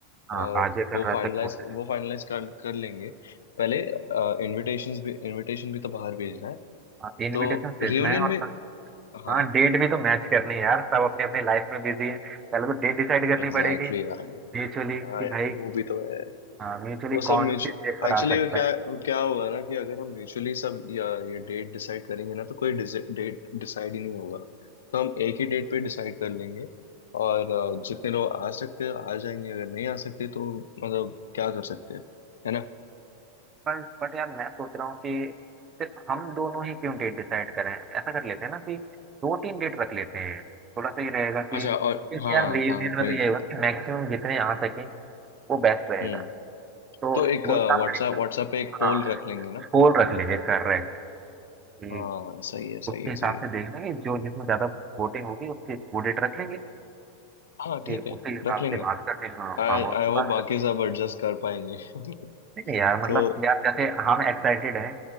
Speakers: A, on the right; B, on the left.
A: हाँ
B: और
A: आज ये कर
B: वो
A: रहा
B: फाइनलाइज
A: था घूमने
B: वो फाइनलाइज कर कर लेंगे पहले इनविटेशंस भी इनविटेशन भी तो बाहर भेजना है
A: हाँ इनविटेशन
B: तो
A: भेजना
B: रियूनियन
A: है और
B: में हाँ
A: हाँ डेट भी तो मैच करनी है यार सब अपने अपने लाइफ में बिजी है पहले तो डेट डिसाइड करनी
B: एग्जैक्टली
A: पड़ेगी
B: यार
A: म्यूचुअली कि
B: हाँ यार
A: भाई
B: वो भी तो है
A: हाँ म्यूचुअली
B: वो सब
A: कौन
B: म्यूचुअल
A: किस डेट पर
B: एक्चुअली
A: आ सकता
B: क्या
A: है
B: क्या होगा ना कि अगर हम म्यूचुअली सब या ये डेट डिसाइड करेंगे ना तो कोई डेट डिसाइड ही नहीं होगा तो हम एक ही डेट पे डिसाइड कर लेंगे और अ, जितने लोग आ सकते हैं आ जाएंगे अगर नहीं आ सकते तो मतलब क्या कर सकते हैं है ना
A: पर बट यार मैं सोच रहा हूँ कि सिर्फ हम दोनों ही क्यों डेट डिसाइड करें ऐसा कर लेते हैं ना कि दो तीन डेट रख लेते हैं थोड़ा सा ये रहेगा कि
B: अच्छा
A: क्योंकि
B: और हाँ
A: यार रियूनियन
B: हाँ
A: में
B: भाई
A: तो ये होगा कि मैक्सिमम जितने आ सके वो बेस्ट रहेगा
B: हम्म
A: तो
B: तो एक
A: वो
B: व्हाट्सएप
A: एक काम
B: व्हाट्सएप
A: करेंगे
B: पे एक पोल
A: हाँ
B: रख लेंगे ना
A: पोल रख लेंगे करेक्ट कि
B: हाँ सही है सही
A: उसके
B: है
A: हिसाब
B: सही है
A: से देख लेंगे जो जिसमें ज्यादा वोटिंग होगी उसके वो डेट रख लेंगे
B: हाँ
A: फिर
B: ठीक है
A: उसी हिसाब
B: रख लेंगे
A: से बात कर लेंगे हाँ
B: आई
A: फार्म हाउस
B: आई
A: की
B: होप
A: बात
B: बाकी सब एडजस्ट कर पाएंगे
A: नहीं नहीं
B: <laughs>
A: यार मतलब
B: तो
A: यार जैसे हम एक्साइटेड हैं